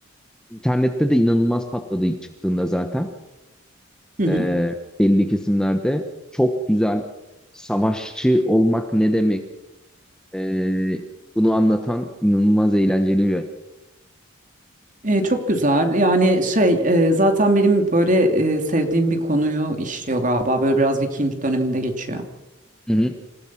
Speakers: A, in the centre; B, on the right.
A: internette de inanılmaz patladı ilk çıktığında zaten.
B: Hı hı.
A: e, belli kesimlerde çok güzel savaşçı olmak ne demek e, bunu anlatan inanılmaz eğlenceli bir yön.
B: E, çok güzel. Yani şey e, zaten benim böyle e, sevdiğim bir konuyu işliyor galiba. Böyle biraz Viking döneminde geçiyor.
A: Hı hı.